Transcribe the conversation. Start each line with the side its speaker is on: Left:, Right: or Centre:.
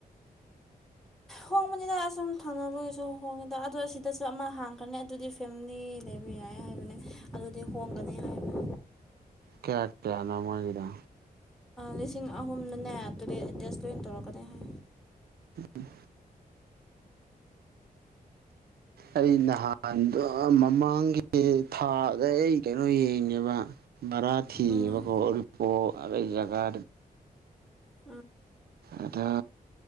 Centre: ꯍꯣꯡꯕꯅꯤꯅ ꯑꯁꯨꯝ ꯊꯪꯅꯕꯒꯤꯁꯨ ꯍꯣꯡꯉꯦꯗ ꯑꯗꯣ ꯁꯤꯗꯁꯨ ꯑꯃ ꯍꯥꯡꯈ꯭ꯔꯅꯤ ꯑꯗꯨꯗꯤ ꯐꯦꯃꯤꯂꯤ ꯂꯩꯕ ꯌꯥꯏ ꯍꯥꯏꯕꯅꯤ ꯑꯗꯨꯗꯤ ꯍꯣꯡꯒꯅꯤ ꯍꯥꯏꯕꯅꯤ
Right: ꯀꯌꯥ ꯀꯌꯥꯅ ꯃꯥꯒꯗ
Centre: ꯂꯤꯁꯤꯡ ꯑꯍꯨꯝꯅꯅꯦ ꯇꯣꯏꯂꯦꯠ ꯑꯦꯇꯦꯁꯇ ꯑꯣꯏꯅ ꯇꯧꯔꯛꯀꯅꯤ ꯍꯥꯏ
Right: ꯎꯝ ꯑꯩ ꯅꯍꯥꯟꯗꯣ ꯃꯃꯥꯡꯒꯤ ꯊꯥꯗ ꯑꯩ ꯀꯩꯅꯣ ꯌꯦꯡꯉꯦꯕ ꯃꯔꯕꯔꯥꯊꯤ
Centre: ꯎꯝ
Right: ꯋꯥ ꯎꯄꯣ ꯑꯩ ꯀꯒꯥ
Centre: ꯐꯗ
Right: ꯑꯗ